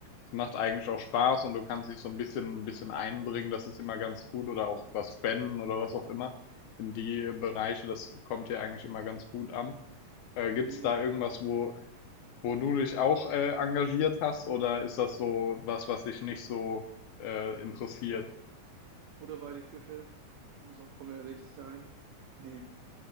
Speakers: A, on the left; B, on the right.
A: Es macht eigentlich auch Spaß und du kannst dich so ein bisschen, ein bisschen einbringen, das ist immer ganz gut oder auch was spenden oder was auch immer. In die äh, Bereiche, das kommt hier eigentlich immer ganz gut an. Äh,
B: Ja,
A: gibt's
B: mega.
A: da irgendwas, wo, wo du dich auch äh, engagiert hast oder ist das so was, was dich nicht so äh, interessiert?
B: Butter bei die Fische. Ich muss auch komplett ehrlich sein. Nee,